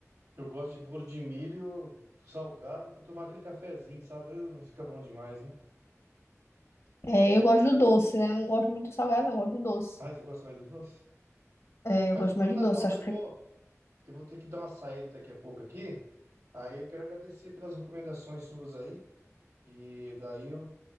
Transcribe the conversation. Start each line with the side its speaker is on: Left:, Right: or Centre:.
Right: eu gosto de bolo de milho salgado que eu tomar aquele cafezinho, sabe? Uh, mas fica bom demais, hein?
Left: É, eu gosto do doce, né? Eu Não gosto muito do salgado, não, eu gosto do doce.
Right: Ah, você gosta mais do doce?
Left: É,
Right: Mas
Left: eu gosto
Right: então
Left: mais
Right: tá
Left: do doce,
Right: bom,
Left: acho
Right: eu
Left: que
Right: vou,
Left: fica.
Right: eu vou ter que dar uma saída daqui a pouco aqui. Aí eu quero agradecer pelas recomendações suas aí. E daí eu,